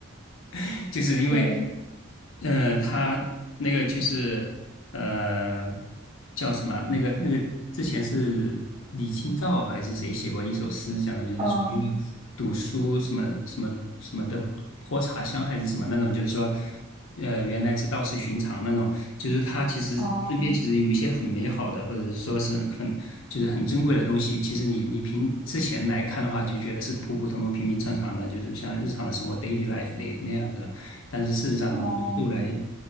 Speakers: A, on the left; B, on the right.
A: <laughs> 就是因为，
B: 对，
A: 嗯、呃他那个就是呃，叫什么啊？那个那个之前是李清照还是谁写过一首诗，讲的就是属于读书什么什么什么的泼茶香还是什么那种，
B: 嗯
A: 就是说，呃，原来只道是寻常那种。就是他其实身边其实有一些很美好的，
B: 哦
A: 或者是说是很就是很珍贵的东西。其实你你凭之前来看的话，就觉得是普普通通、平平常常的，就是像日常的生活 daily life 的那样子的。但是事实上，
B: 哦哦，
A: 等你后来